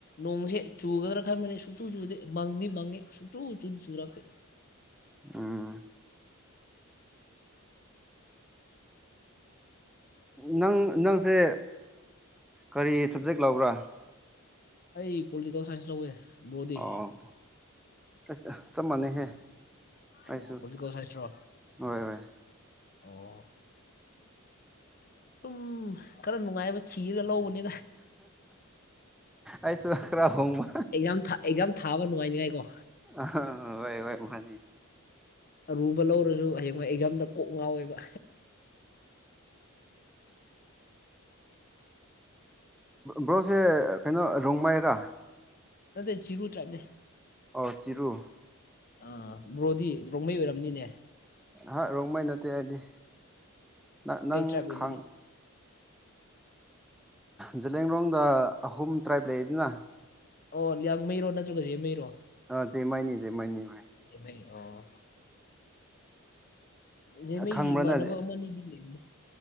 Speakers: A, on the left (about 40°); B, in the centre.
A: ꯅꯣꯡꯁꯦ ꯆꯨꯒꯗ꯭ꯔꯥ ꯈꯟꯕꯅꯤ ꯁꯨꯛꯆꯨ ꯆꯨꯗꯦ ꯃꯪꯗꯤ ꯃꯪꯉꯤ ꯁꯨꯛꯆꯨ ꯆꯨꯗꯤ ꯆꯨꯔꯛꯇꯦ
B: ꯎꯝ ꯅꯪ ꯅꯪꯁꯦ ꯀꯔꯤ ꯁꯕꯖꯦꯛ ꯂꯧꯕ꯭ꯔꯥ
A: ꯑꯩ ꯄꯣꯜꯇꯤꯀꯦꯜ ꯁꯥꯏꯟꯁ ꯂꯧꯋꯦ ꯕ꯭ꯔꯣꯗꯤ
B: ꯑꯣ ꯑꯁ ꯆꯞ ꯃꯥꯟꯅꯩꯍꯦ
A: ꯑꯣ
B: ꯑꯩꯁꯨ
A: ꯄꯣꯜꯂꯤꯇꯤꯀꯦꯜ ꯁꯥꯏꯟꯁ꯭ꯔꯣ
B: ꯍꯣꯏ ꯍꯣꯏ
A: ꯑꯣ ꯁꯨꯝ ꯈꯔ ꯅꯨꯡꯉꯥꯏꯕ ꯊꯤꯔꯒ ꯂꯧꯕꯅꯤ
B: ꯑꯩꯁꯨ ꯈ꯭ꯔꯥ ꯍꯣꯃ
A: ꯑꯦꯛꯖꯥꯝ ꯑꯦꯛꯖꯥꯝ ꯊꯥꯕ ꯅꯨꯡꯉꯥꯏꯅꯤꯉꯥꯏꯀꯣ
B: ꯑ ꯋꯥꯏ ꯋꯥꯏ ꯃꯥꯅꯤ
A: ꯑꯔꯨꯕ ꯂꯧꯔꯁꯨ ꯍꯌꯦꯡꯋꯥꯏ ꯑꯦꯛꯖꯥꯝꯗ ꯀꯣꯛ ꯉꯥꯎꯋꯦꯕ
B: ꯕ꯭ꯔꯣꯁꯦ ꯀꯩꯅꯣ ꯔꯣꯡꯃꯩꯔꯥ
A: ꯅꯠꯇꯦ ꯆꯤꯔꯨ ꯇꯥ꯭ꯔꯥꯏꯞꯅꯦ
B: ꯑꯣ ꯆꯤꯔꯨ
A: ꯑ ꯕ꯭ꯔꯣꯗꯤ ꯔꯣꯡꯃꯩ ꯑꯣꯏꯔꯝꯅꯤꯅꯦ
B: ꯍꯥ ꯔꯣꯡꯃꯩ ꯅꯠꯇꯦ ꯑꯩꯗꯤ ꯅꯪ
A: ꯀꯩ
B: ꯅꯪ
A: ꯇ꯭ꯔꯥꯏꯞ ꯑꯣꯏꯗꯣꯏꯅꯣ
B: ꯈꯥꯡ ꯖꯂꯤꯌꯥꯡꯔꯣꯡꯗ ꯑꯍꯨꯝ ꯇ꯭ꯔꯥꯏꯞ ꯂꯩꯗꯅ
A: ꯑꯣ ꯂꯤꯌꯥꯡꯃꯩꯔꯣ ꯅꯠꯇ꯭ꯔꯒ ꯖꯦꯟꯃꯩꯔꯣ
B: ꯑ ꯖꯦꯟꯃꯩꯅꯤ ꯖꯦꯟꯃꯩꯅꯤ ꯚꯥꯏ
A: ꯖꯦꯃꯩ ꯑꯣ ꯖꯦꯟꯃꯩꯒꯤ
B: ꯈꯪꯕ꯭ꯔꯅ
A: ꯏꯃꯥꯟꯅꯕ ꯑꯃꯅꯤꯗꯤ ꯂꯩꯕꯅꯦ